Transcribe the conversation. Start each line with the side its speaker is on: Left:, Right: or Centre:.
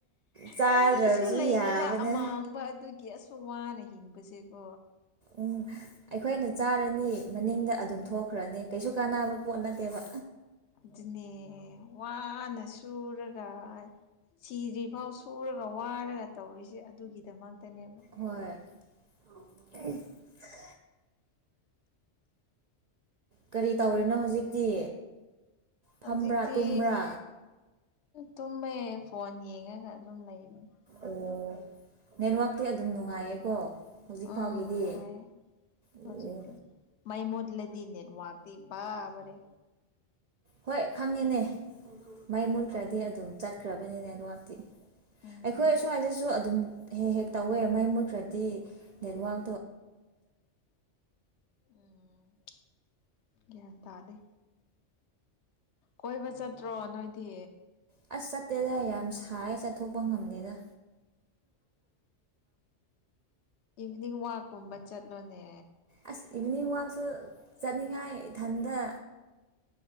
Right: ꯆꯥꯗ꯭ꯔꯁꯨ
Left: ꯀꯔꯤꯁꯨ ꯂꯩꯇꯕ
Right: ꯌꯥꯕꯅꯦ
Left: ꯑꯃꯥꯡꯕ ꯑꯗꯨꯒꯤ ꯋꯥꯅ ꯍꯤꯡꯕꯁꯦꯀꯣ
Right: ꯎꯝ ꯑꯩꯈꯣꯏꯅ ꯆꯥꯔꯅꯤ ꯃꯅꯤꯡꯗ ꯑꯗꯨꯝ ꯊꯣꯛꯈ꯭ꯔꯅꯤ ꯀꯩꯁꯨ ꯀꯥꯟꯅꯕ ꯄꯣꯠ ꯅꯠꯇꯦꯕ
Left: ꯑꯗꯨꯅꯦ ꯋꯥꯅ ꯁꯨꯔꯒ ꯁꯤꯗ꯭ꯔꯤꯐꯥꯎ ꯁꯨꯔꯒ ꯋꯥꯔꯒ ꯇꯧꯔꯤꯁꯦ ꯑꯗꯨꯒꯤꯗꯃꯛꯇꯅꯦꯕ
Right: ꯍꯣꯏ <inaudible> ꯀꯔꯤ ꯇꯧꯔꯤꯅꯣ ꯍꯧꯖꯤꯛꯇꯤ
Left: ꯍꯧꯖꯤꯛꯗꯤ
Right: ꯐꯝꯕ꯭ꯔꯥ ꯇꯨꯝꯕ꯭ꯔꯥ
Left: ꯇꯨꯝꯃꯦ ꯐꯣꯟ ꯌꯦꯡꯉꯒ ꯑꯗꯨꯝ ꯂꯩꯕꯅꯤ
Right: ꯑꯣ ꯅꯦꯠꯋꯥꯛꯇꯤ ꯑꯗꯨꯝ ꯅꯨꯡꯉꯥꯏꯌꯦꯀꯣ ꯍꯧꯖꯤꯛ
Left: ꯑ
Right: ꯐꯥꯎꯒꯤꯗꯤ
Left: ꯅꯨꯡꯉꯥꯢꯌꯦ
Right: ꯑꯣ
Left: ꯍꯧꯖꯤꯛꯇꯤ ꯃꯩ ꯃꯨꯗꯂꯗꯤ ꯅꯦꯠꯋꯥꯛꯇꯤ ꯕꯥꯄꯔꯦ
Right: ꯍꯣꯏ ꯈꯪꯉꯦꯅꯦ ꯃꯩ ꯃꯨꯠꯈ꯭ꯔꯗꯤ ꯑꯗꯨꯝ ꯆꯠꯈ꯭ꯔꯕꯅꯤ ꯅꯦꯠꯋꯥꯛꯇꯤ
Left: ꯎꯝ
Right: ꯑꯩꯈꯣꯏ ꯑꯁ꯭ꯋꯥꯏꯗꯁꯨ ꯑꯗꯨꯝ ꯍꯦꯛ ꯍꯦꯛ ꯇꯧꯋꯦ ꯃꯩ ꯃꯨꯠꯈ꯭ꯔꯗꯤ ꯅꯦꯠꯋꯥꯛ
Left: <inaudible> ꯎꯝ ꯒ꯭ꯌꯥꯟ ꯇꯥꯗꯦ ꯀ‌ꯣꯏꯕ ꯆꯠꯇ꯭ꯔꯣ ꯅꯣꯏꯗꯤ
Right: ꯑꯁ ꯆꯠꯇꯦꯗ ꯌꯥꯝ ꯁꯥꯏ ꯆꯠꯊꯣꯛꯄ ꯉꯝꯗꯦꯗ
Left: ꯏꯚꯅꯤꯡ ꯋꯥꯛꯀꯨꯝꯕ ꯆꯠꯂꯣꯅꯦ
Right: ꯑꯁ ꯏꯚꯤꯅꯤꯡ ꯋꯥꯛꯁꯨ ꯆꯠꯅꯤꯡꯉꯥꯏ ꯏꯊꯟꯗ